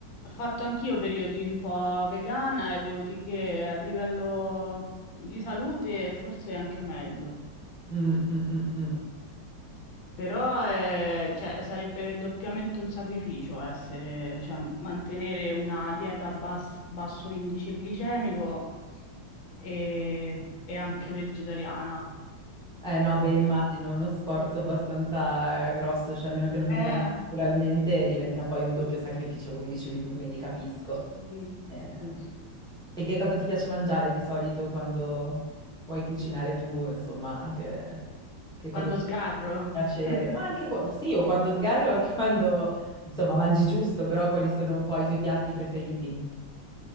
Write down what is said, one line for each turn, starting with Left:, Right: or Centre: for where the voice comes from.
Left: Ho fatto anch'io periodi un po' vegana e devo dire che a livello di salute forse è anche meglio.
Centre: Mm, mm, mm, mm.
Left: Però eh, cioè, sarebbe doppiamente un sacrificio essere, cioè, mantenere una dieta a bas- basso indice glicemico e, e anche vegetariana.
Centre: Eh no, beh,
Left: Eh,
Centre: immagino è uno sforzo abbastanza eh, grosso, cioè a meno che non
Left: eh,
Centre: ti venga naturalmente diventa poi un doppio sacrificio, come dicevi tu, quindi capisco.
Left: Sì,
Centre: Ehm,
Left: sì, sì.
Centre: E che cosa ti piace mangiare di solito quando puoi cucinare tu, insomma, anche che cosa
Left: Quando
Centre: ti
Left: sgarro.
Centre: fa piacere?
Left: <laughs>
Centre: Ma anche qua- sì, o quando sgarri o anche <laughs> quando, insomma, mangi giusto, però quali sono un po' i tuoi piatti preferiti?